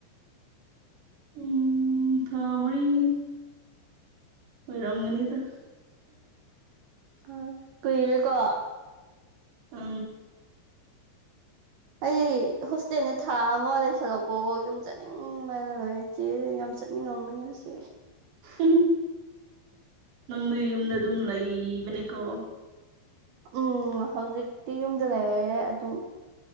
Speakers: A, on the right; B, on the right.
A: ꯎꯝ ꯊ ꯃꯔꯤ ꯍꯣꯏꯔꯝꯅꯤꯗ
B: ꯑ ꯀꯏꯔꯦꯀꯣ
A: ꯑ
B: ꯑꯩ ꯍꯣꯁꯇꯦꯜꯗ ꯊꯥ ꯑꯃ ꯂꯩꯁꯜꯂꯛꯄ ꯌꯨꯝ ꯆꯅꯤꯡꯕꯅ ꯂꯣꯏꯔ ꯆꯦ ꯆꯠꯅꯤꯡ ꯉꯝꯝꯕꯅꯦ ꯍꯧꯁꯦ
A: ꯎ ꯅꯪꯗꯤ ꯌꯨꯝꯗ ꯑꯗꯨꯝ ꯂꯩꯕꯅꯤꯀꯣ
B: ꯎꯝ ꯍꯧꯖꯤꯛꯇꯤ ꯌꯨꯝꯗ ꯂꯩꯔꯦ ꯑꯗꯨꯝ